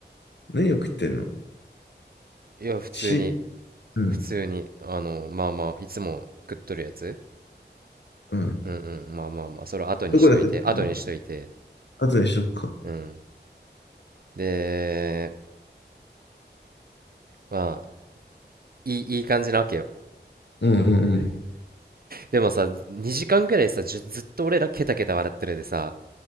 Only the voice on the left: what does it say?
何を食ってんの
し、うん、
うん。
どこで食ってんの
後にしとくか。
うんうんうん。